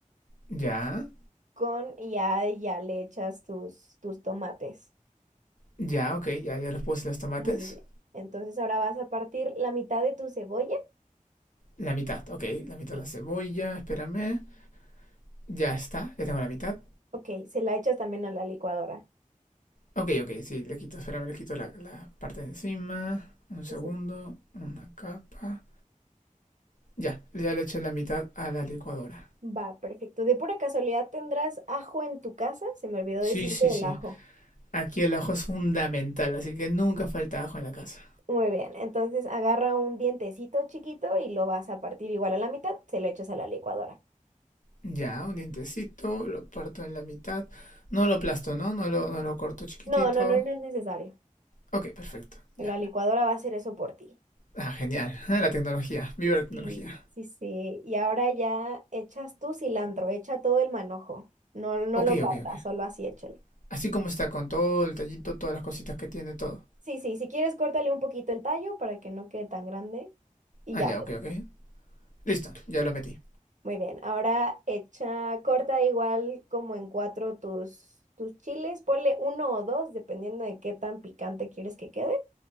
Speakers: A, on the left (about 70°); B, on the right (about 65°).
A: Ya,
B: con, y ya, ya le echas tus, tus tomates.
A: ya, ok, ya, ya los puse los tomates.
B: Muy bien. Entonces ahora vas a partir la mitad de tu cebolla.
A: La mitad, ok, la mitad
B: Sí.
A: de la cebolla, espérame. Ya está, ya tengo la mitad.
B: Ok, se la echas también a la licuadora.
A: Ok, ok, sí, le quito, espérame, le quito la, la parte de encima. Un segundo,
B: Sí, sí.
A: una capa. Ya, ya le eché la mitad a la licuadora.
B: Va, perfecto. De pura casualidad, ¿tendrás ajo en tu casa? Se me olvidó
A: Sí,
B: decirte
A: sí,
B: del
A: sí.
B: ajo.
A: Aquí el ajo es fundamental, así que nunca falta ajo en la casa.
B: Muy bien. Entonces agarra un dientecito chiquito y lo vas a partir igual a la mitad, se lo echas a la licuadora.
A: Ya, un dientecito, lo parto en la mitad. No lo aplasto, ¿no? No lo, no lo corto chiquitito.
B: No, no, no, no es necesario.
A: Ok, perfecto, ya.
B: La licuadora va a hacer eso por ti.
A: Ah, genial. <laughs> La tecnología, viva la tecnología.
B: Sí, sí, sí. Y ahora ya echas tu cilantro, echa todo el manojo. No, no
A: Ok,
B: lo partas,
A: ok, ok.
B: solo así échalo.
A: Así como está con todo el tallito, todas las cositas que tiene, todo.
B: Sí, sí, si quieres, córtale un poquito el tallo para que no quede tan grande. Y
A: Ah,
B: ya.
A: ya, ok, ok. Listo, ya lo metí.
B: Muy bien. Ahora echa, corta igual como en cuatro tus, tus chiles. Ponle uno o dos, dependiendo de qué tan picante quieres que quede.